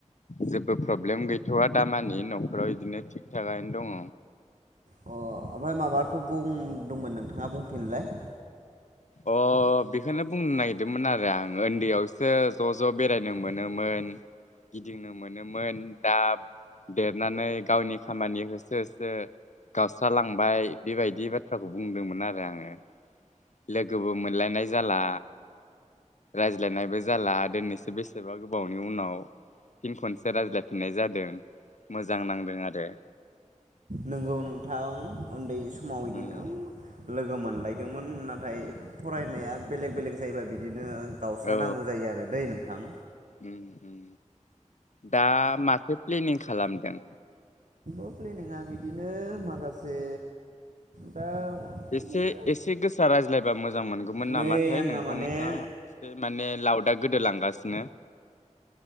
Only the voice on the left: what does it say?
जेबो प्रब्लेम गैथ'वा दामानि न'खराव बिदिनो थिग थागानो दङ।
अ बेखौनो बुंनो नागिरदोंमोन आरो आं ओन्दैयावसो ज' ज' बेरायनो मोनोमोन गिदिंनो मोनोमोन दा देरनानै गावनि खामानि होसो होसो गावस्रालांबाय बेबायदि बाथ्राखौ बुंदोंमोन आरो आंङो। लोगोबो मोनलायनाय जाला रायज्लायनायबो जाला दिनैसो बेसेबा गोबावनि उनाव फिन खनसे रायज्लायफिननाय जादों मोजां नांदों आरो।
उम
औ
उम उम दा माथो प्लेनिं खालामदों?
एसे
एसे गोसा रायज्लायबा मोजां मोनगौमोन नामाथाय
नोंथाङा
एसे माने लावदा गोदोलांगासिनो।